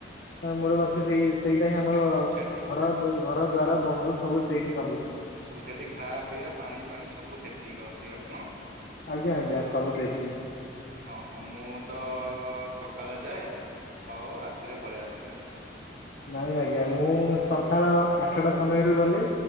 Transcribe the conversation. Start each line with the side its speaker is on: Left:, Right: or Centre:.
Left: ତ ମୂଳ ଲକ୍ଷ୍ୟ ସେଇ ସେଇଟା ହିଁ ଆମର ଘର
Right: ସେଠି
Left: ଦୁ ଘର ଦ୍ୱାର ବନ୍ଧୁ ସବୁ ସେଇଠି ସବୁ।
Right: ସବ ସେଠି ଖା ପିଆ ପାଣି ପାଣି ସବୁ ସେଠି ହିଁ କରନ୍ତି ଆପଣ?
Left: ଆଜ୍ଞା ଆଜ୍ଞା ସବୁ ସେଇଠି।
Right: ଅଁ ହଁ ମୁଁ ତ ଅ ସକାଳେ ଯାଏ, ଆଉ ରାତିରେ ପଳେ ଆସେ।
Left: ନାଇଁ ଆଜ୍ଞା ମୁଁ ସକାଳ ଆଠଟା ସମୟରୁ ଗଲି